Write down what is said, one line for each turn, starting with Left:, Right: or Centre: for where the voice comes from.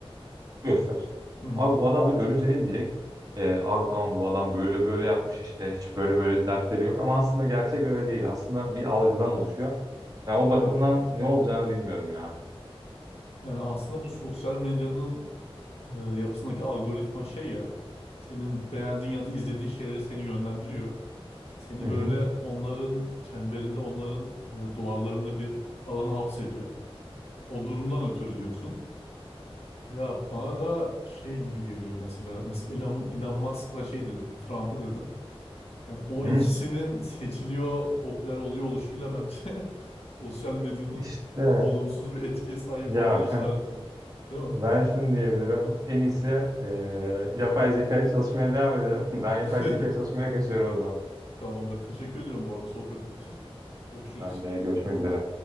Right: göster.
Left: hı hı.
Right: Abi bu adamı görünce ne diyecek? Ee, abi tamam bu adam böyle böyle yapmış işte hiç böyle böyle dertleri yok ama aslında gerçek öyle değil. Aslında bir algıdan oluşuyor. Ya o
Left: Evet.
Right: bakımdan ne olacağını bilmiyorum ya.
Left: Yani aslında bu sosyal medyanın e, yapısındaki algoritma şey ya senin beğendiğin ya da izlediğin şeyleri seni yönlendiriyor. Seni
Right: Hı hı.
Left: böyle onların çemberinde, onların e, duvarlarında bir alana hapsediyor. O durumdan ötürü diyorsun. Ya bana da şey gibi geliyor mesela. Mesela Elon, Elon Musk'la şey dedin, Trump'ı dedin. Yani o
Right: Hı.
Left: ikisinin seçiliyor, popüler oluyor oluşu bile bence <laughs> sosyal medyanın
Right: İşte
Left: olumsuz bir etkiye sahip
Right: ya
Left: olduğunu işareti.
Right: ben
Left: Değil
Right: ben
Left: mi?
Right: şunu diyebilirim. En iyisi e, yapay zekayı çalışmaya devam edelim. <laughs> Ben yapay
Left: <laughs>
Right: zeka çalışmaya kaçıyorum o zaman.
Left: Tamamdır. Teşekkür ediyorum bu arada sohbetin için. Görüşürüz.
Right: Ben de görüşmek üzere.